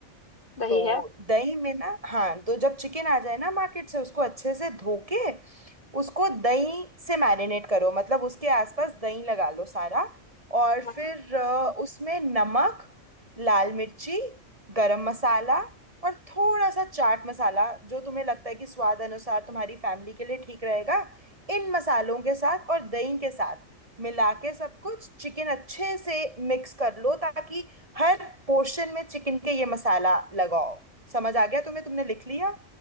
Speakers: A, on the left; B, on the right.
A: दही
B: तो
A: है
B: दही में ना हाँ तो जब चिकन आ जाए ना मार्केट से उसको अच्छे से धो के उसको दही से मैरिनेट करो मतलब उसके आसपास दही लगा लो सारा और फिर
A: हाँ
B: अ, उसमें नमक लाल मिर्ची गरम मसाला और थोड़ा सा चाट मसाला जो तुम्हें लगता है कि स्वाद अनुसार तुम्हारी फैमिली के लिए ठीक रहेगा इन मसालों के साथ और दही के साथ मिला के सब कुछ चिकन अच्छे से मिक्स कर लो ताकि हर पोर्शन में चिकन के ये मसाला लगाओ समझ आ गया तुम्हें तुमने लिख लिया